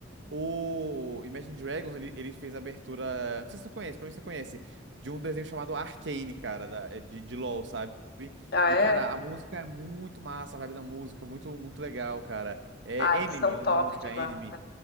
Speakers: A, on the right (about 70°); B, on the left (about 60°).
A: O Imagine Dragons, ele, ele fez a abertura. Não sei se você conhece, provavelmente você conhece. De um desenho chamado Arcane, cara, da- é de, de LoL, sabe?
B: Ah,
A: E,
B: é?
A: cara, a música é muito massa, a vibe da música, muito, muito legal, cara. É
B: Ah, eles
A: Enemy,
B: são
A: o nome
B: top
A: da música,
B: demais.
A: é Enemy.